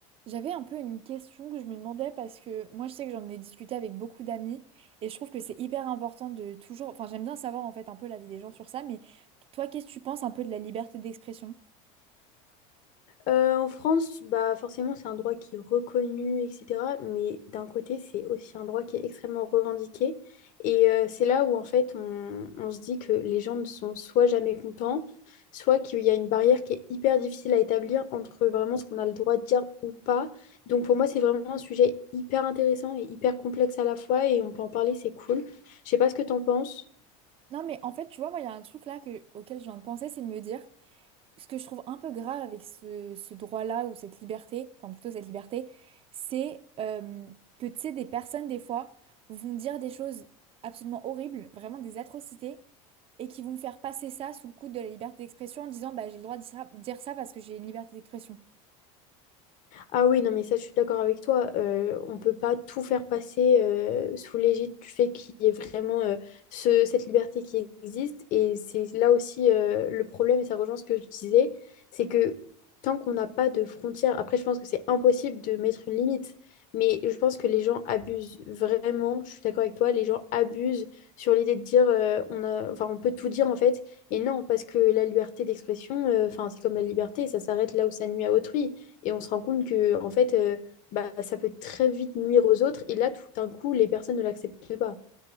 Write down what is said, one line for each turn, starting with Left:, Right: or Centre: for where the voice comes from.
Right: J'avais un peu une question que je me demandais parce que moi je sais que j'en ai discuté avec beaucoup d'amis et je trouve que c'est hyper important de toujours, enfin j'aime bien savoir en fait un peu l'avis des gens sur ça, mais toi qu'est-ce que tu penses un peu de la liberté d'expression?
Left: Euh, en France, bah forcément, c'est un droit qui est reconnu, etc. Mais d'un côté, c'est aussi un droit qui est extrêmement revendiqué. Et euh, c'est là où, en fait, on, on se dit que les gens ne sont soit jamais contents, soit qu'il y a une barrière qui est hyper difficile à établir entre vraiment ce qu'on a le droit de dire ou pas. Donc pour moi, c'est vraiment un sujet hyper intéressant et hyper complexe à la fois, et on peut en parler, c'est cool. Je sais pas ce que tu en penses.
Right: Non mais en fait tu vois moi il y a un truc là que- auquel je viens de penser c'est de me dire ce que je trouve un peu grave avec ce, ce droit-là ou cette liberté, enfin plutôt cette liberté, c'est euh, que tu sais des personnes des fois vont dire des choses absolument horribles, vraiment des atrocités et qui vont faire passer ça sous le coude de la liberté d'expression en disant bah j'ai le droit de dire ça dire ça parce que j'ai une liberté d'expression.
Left: Ah oui, non, mais ça, je suis d'accord avec toi. Euh, on peut pas tout faire passer euh, sous l'égide du fait qu'il y ait vraiment euh, ce- cette liberté qui existe. Et c'est là aussi euh, le problème, et ça rejoint ce que je disais, c'est que tant qu'on n'a pas de frontières, après, je pense que c'est impossible de mettre une limite. Mais je pense que les gens abusent vraiment, je suis d'accord avec toi, les gens abusent sur l'idée de dire euh, on a, enfin, on peut tout dire en fait. Et non, parce que la liberté d'expression, euh, enfin, c'est comme la liberté, ça s'arrête là où ça nuit à autrui. Et on se rend compte que, en fait, euh, bah, ça peut très vite nuire aux autres. Et là, tout d'un coup, les personnes ne l'acceptent pas.